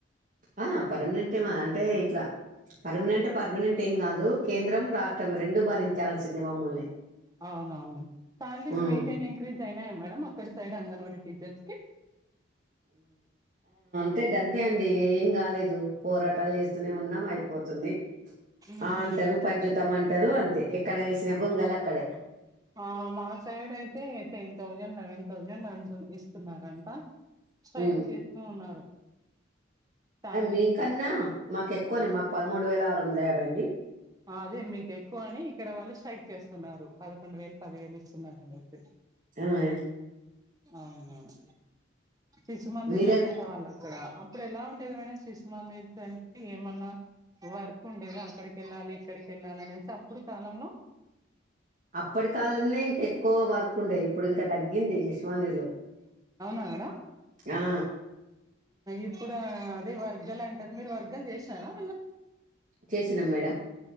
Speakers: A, on the right (about 40°); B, on the right (about 20°).
A: ఆ పర్మనెంటే మాది అంటే ఇట్లా పర్మనెంటే పర్మనెంటే పర్మనెంటేమ్ కాదు కేంద్రం రాష్ట్రం రెండూ భరించాల్సింది మమ్మల్ని.
B: అవునవును సాలరీస్
A: ఉమ్
B: మీకైనా ఇంక్రీజ్ అయినా మేడంమ్ అక్కడ సైడ్ అంగన్వాడీ టీచర్స్కి
A: అయితే గంతే అండి ఏం కాలేదు పోరాటాలు చేస్తూనే ఉన్నాం అయిపోతుంది.
B: ఉహు
A: ఆ అంటారు పంచుతాము అంటారు అంతే ఎక్కడ వేసిన గొంగలు అక్కడే.
B: ఆ మా సైడ్ అయితే టెన్ థౌజండ్ లెవెన్ థౌజండ్ ఇస్తున్నారంట. స్ట్రైక్
A: ఉమ్
B: చేస్తూ ఉన్నారు. శాలరీస్
A: మీకన్నా
B: కోసం
A: మాకు ఎక్కువనే
B: ఆ,
A: మాకు పదమూడు వేల ఆరు వందల యాభై అండి.
B: అదే మీకు ఎక్కువ అని ఇక్కడ వాళ్ళు స్ట్రైక్. చేస్తున్నారు పదకొండు వేలు పది వేలు ఇస్తున్నారు అనియితే
A: అయ్
B: అవునవును శిశుమందిర్లో
A: మీరే
B: చేసేవాళ్ళు అక్కడ అప్పుడు ఎలా ఉండేది మేడం శిశు మందిర్స్ అంటే ఏమన్నా వర్క్ ఉండేది అక్కడికి వెళ్ళాలి ఇక్కడికి వెళ్ళాలి అనేసి అప్పుడు కాలంలో
A: అప్పటి కాలంలోనే ఇంకా ఎక్కువ వర్క్ ఉండేది ఇప్పుడు ఇంకా తగ్గింది శిశుమందిర్లో
B: అడా
A: ఆ
B: ఇప్పుడు ఆ వర్గాలు అంటారు మీరు వర్గాలు చేసినర వాళ్ళు
A: చేసినాం మేడం